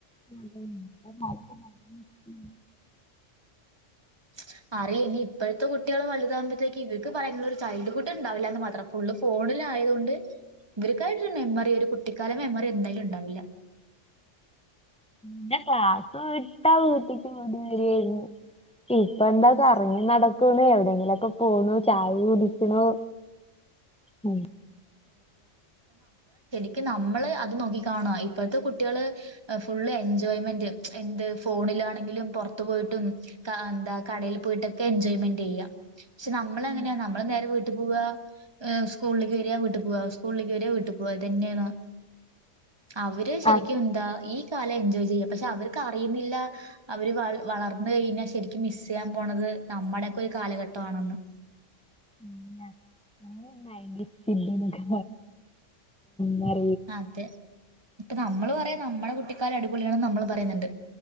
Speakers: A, in the centre; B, on the right (about 20°).
A: <inaudible>
B: <inaudible> അറിയില്ല ഇനി ഇപ്പോഴത്തെ കുട്ടികൾ വലുതാകുമ്പഴത്തേക്ക് ഇവക്ക് പറയുള്ള ഒരു ചൈൽഡ് ഹു്ട്ണ്ടാവില്ലാന്ന് മാത്രം ഫുള് ഫോണില ആയതുകൊണ്ട് ഇവർക്കായിട്ടരു മെമ്മറി ഒരു കുട്ടിക്കാല മെമ്മറി എന്തായാലും ഉണ്ടാവില്ല
A: ന്റെ ക്ലാസ് വിട്ടാ വീട്ടക്ക് ഓടി വരിയായിരുന്നു ഇപ്പൊ എന്താ കറങ്ങി നടക്കന്ന് എവിടെയങ്കിലുമൊക്കെ പോണു ചായ കുടിക്കണു ഉം
B: ക്ക് നമ്മള് അത് നോക്കി കാണ ഇപ്പോഴത്തെ കുട്ടികൾ ഫുൾ എൻജോയ്മെന്റ് എന്ത്‌ ഫോൺ ആണെങ്കിലും പുറത്ത പോയിട്ടും എന്താ കടെൽ പോയിട്ടൊക്കെ എൻജോയ്മെന്റ് ചെയ്യ പക്ഷെ നമ്മളെങ്ങനെയാ
A: ഉം.
B: നമ്മള് നേരെ വീട്ടിൽ പോകുക സ്കൂളിലക്ക് വിട്ടു പോവാ സ്കൂളിലക്ക് വാര വിട്ടു പോവാ ഇത്തന്നെയാണ് അവര് ശരിക്കും
A: അത്
B: എന്താ ഈ കാലം എൻജോയ് ചെയ്യാം പക്ഷെ അവർക്ക് അറിയുന്നില്ല അവര് വളരെ വളർന്ന കഴിഞ്ഞാൽ ശരിക്കും മിസ് ചെയ്യാൻ പോണത് നമ്മുടെയൊക്കെ ഒരു കാലഘട്ട ആണെന്ന്
A: ഉ സൊക്കെ പറി
B: അതെ ഇപ്പൊ നമ്മള് പറയാ നമ്മള കുട്ടിക്കാല അടിപൊളിയണ നമ്മൾ പറയുന്നുണ്ട്